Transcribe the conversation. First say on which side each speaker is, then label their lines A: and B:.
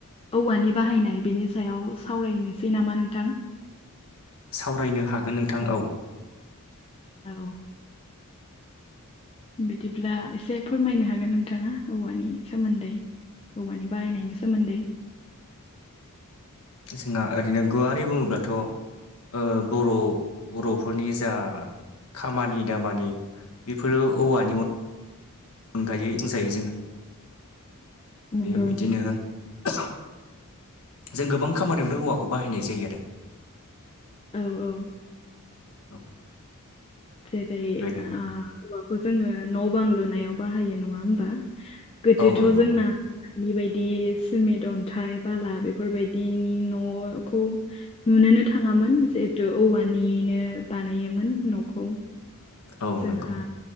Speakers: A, on the left; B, on the left.
A: औवानि बाहायनाय बेनि सायाव सावरायनोसै नामा नोंथां
B: सावरायनो हागोन नोंथां औ
A: औ बिदिब्ला एसे फोरमायनो हागोन नोंथाङा औवानि सोमोन्दै औवानि बाहायनायनि सोमोन्दै
B: जोंहा ओरैनो गुवारै बुङोब्लाथ' ओ बर' बर'फोरनि जा खामानि दामानि बेफोरो औवानि अन अनगायै बुंजायो जोङो
A: नोंगौ
B: बे बिदिनो <unintelligible> जों गोबां खामानियावनो औवाखौ बाहायनाय जायो आरो।
A: औ औ
B: औ
A: जेरै-
B: बेबायदिनो
A: ओ हौवाखौ जोङो न' बां लुनायाव बाहायो नङा होमबा गोदोथ'
B: औ नंगौ
A: जोंना <unintelligible> सिमेन्ट अन्थाइ बाला बेफोरबायदिनि न'खौ नुनोनो थाङामोन जिहेथु औवानिनो बानायोमोन न'खौ
B: औ
A: जोंहा
B: नंगौ